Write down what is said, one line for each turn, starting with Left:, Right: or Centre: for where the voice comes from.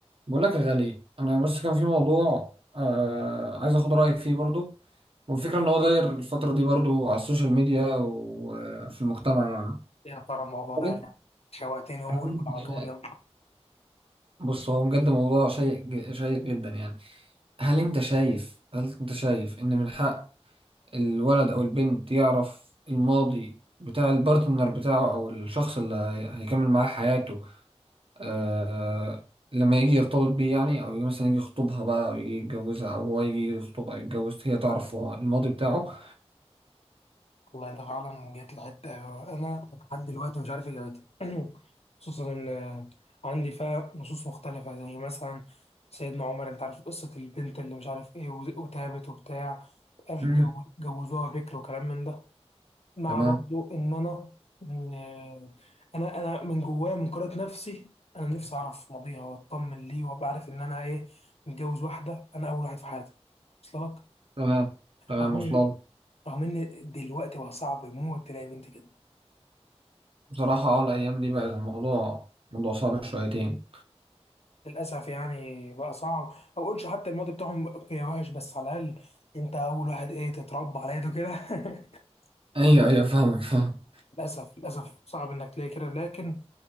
Right: بقول لك يا غالي انا بس كان في موضوع آه عايز اخد رايك فيه برضو والفكره ان هو داير الفتره دي برضو على السوشيال ميديا وفي المجتمع يعني
Left: يا ترى الموضوع ده
Right: هل انت
Left: شوقتني قول
Right: هل انت
Left: قول على
Right: شايف
Left: طول يلا
Right: بص هو بجد موضوع شيق شيق جدا يعني هل انت شايف هل انت شايف ان من حق الولد او البنت يعرف الماضي بتاع البارتنر بتاعه او الشخص اللي هي- هيكمل معاه حياته آه لما يجي يرتبط بيه يعني او يجي مثلا يجي يخطبها بقى او يجي يتجوزها او هو يجي يخطبها او يتجوز هي تعرف هو الماضي بتاعه
Left: والله انت فعلا جيت لحته انا لحد دلوقتي مش عارف اجابتها <clears throat> خصوصا ان عندي فيها نصوص مختلفه زي مثلا سيدنا عمر انت عارف قصه البنت اللي مش عارف ايه وز- وتابت وبتاع قال
Right: مم.
Left: جو- جوزوها بكر وكلام من ده مع
Right: تمام
Left: برضو ان انا ان انا انا من جوايا من قراءه نفسي انا نفسي اعرف ماضيها واطمن ليه وابقى عارف ان انا ايه متجوز واحده انا اول واحد في حياتي وصل لك
Right: تمام تمام
Left: رغم
Right: وصلت
Left: ان رغم ان دلوقتي بقى صعب يموت تلاقي بنت كده
Right: بصراحة اه الأيام دي بقى الموضوع موضوع صعب شويتين
Left: للاسف يعني بقى صعب او اقولش حتى الماضي بتاعهم يا وحش بس على الاقل انت اول واحد ايه تتربى على يده كده <laughs>
Right: أيوه أيوه فاهمك فاهم
Left: للاسف للاسف صعب انك تلاقي كده لكن